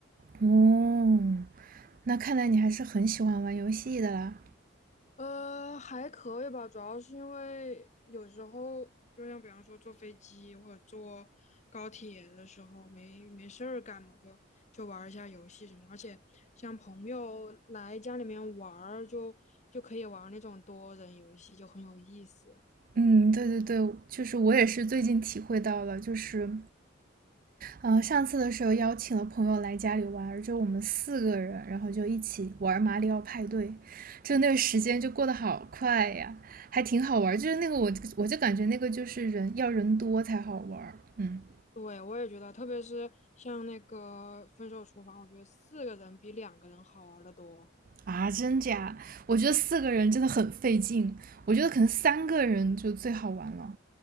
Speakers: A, on the right (about 45°); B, on the left (about 35°).
A: 哦，那看来你还是很喜欢玩游戏的啦。
B: 呃，还可以吧，主要是因为有时候，就像比方说坐飞机或者坐高铁的时候，没没事儿干嘛，就就玩儿一下游戏什么。而且像朋友来家里面玩儿，就就可以玩儿那种多人游戏，就很有意思。
A: 嗯，对对对，就是我也是最近体会到了，就是嗯，上次的时候邀请了朋友来家里玩儿，就我们四个人，然后就一起玩马里奥派对，就那个时间就过得好快呀，还挺好玩就是那个我我就感觉那个就是人要人多才好玩嗯
B: 对，我也觉得，特别是像那个《分手厨房》，我觉得四个人比两个人好玩的多。
A: 啊，真假？我觉得四个人真的很费劲，我觉得可能三个人就最好玩了。